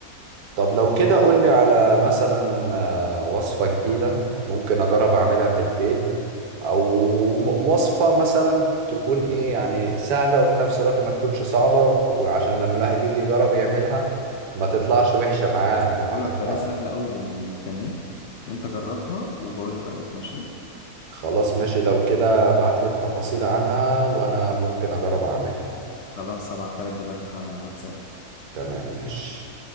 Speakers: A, on the right; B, on the left.
A: طب لو كده قولي على مثلا آه، وصفة جديدة ممكن أجرب أعملها في البيت أو م- وصفة مثلا تكون إيه يعني سهلة وفي نفس الوقت ما تكونش صعبة وعشان لما الواحد يجي يجرب يعملها ما تطلعش وحشة معاه
B: بص
A: أو
B: أنا
A: محروقة
B: هقول لك طريقة سهلة اوي للبانيه وانت جربها وبقول لي رأيك ماشي؟
A: خلاص ماشي لو كده ابعتلي التفاصيل عنها وأنا ممكن أجرب أعملها
B: خلاص هبعتها لك دلوقتي حالا على الواتساب
A: تمام ماشي